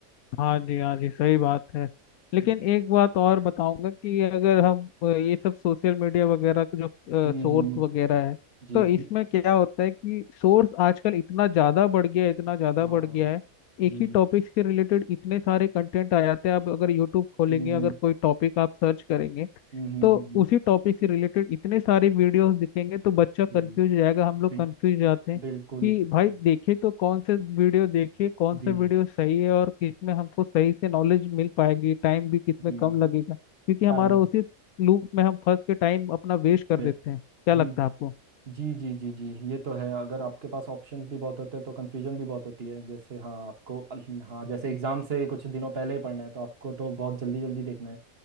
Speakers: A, on the left; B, on the right.
A: हाँ जी हाँ जी सही बात है लेकिन
B: हम्म
A: एक बात और बताऊंगा कि अगर हम अ, ये सब सोशल मीडिया वगैरह का जो
B: हम्म,
A: सोर्स वगैरह है
B: जी
A: तो
B: जी
A: इसमें क्या होता है कि सोर्स आजकल इतना ज़्यादा बढ़ गया है इतना ज़्यादा
B: हाँ
A: बढ़ गया है
B: जी
A: एक ही टॉपिक से रिलेटेड इतने सारे कंटेंट आ जाते हैं आप अगर यूट्यूब खोलेंगे
B: हम्म
A: अगर कोई टॉपिक आप सर्च करेंगे
B: हम्म हम्म,
A: तो
B: हम्म, हम्म।
A: उसी टॉपिक से रिलेटेड इतने सारे वीडियोस दिखेंगे तो बच्चा कंफ्यूज
B: जी
A: हो जाएगा हम लोग
B: बि,
A: कंफ्यूज जाते हैं
B: बिल्कुल
A: कि
B: बिल्कुल
A: भाई देखे तो कौन से वीडियो देखे कौन
B: जी
A: से वीडियो सही है और किसमें हमको सही से नॉलेज मिल पाएगी टाइम भी किसमें
B: जी
A: कम लगेगा क्योंकि हमारा
B: टाइम
A: उसी लूप में हम फंस के टाइम अपना वेस्ट कर
B: वे
A: देते हैं क्या
B: जी
A: लगता
B: जी
A: है आपको
B: जी जी जी जी ये तो है अगर आपके पास ऑप्शंस भी बहुत होते हैं तो कन्फ्यूजन भी बहुत होती है जैसे हाँ आपको अल- हाँ जैसे एग्ज़ाम से कुछ दिनों पहले ही पढ़ना है तो आपको तो बहुत जल्दी जल्दी देखना है